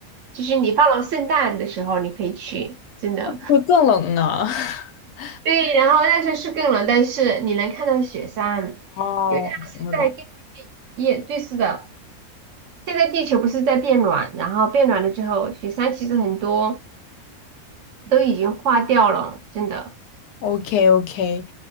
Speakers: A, on the right; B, on the left.
A: 就是你放了圣诞的时候，你可以去，真的。
B: 会更冷呢。<laughs>
A: 对，然后那时候是更冷，但是你能看到雪山，
B: 哦，
A: 因为它是在根据也对，
B: 懂了懂了
A: 是的。现在地球不是在变暖，然后变暖了之后，雪山其实很多都已经化掉了，真的。
B: OK OK，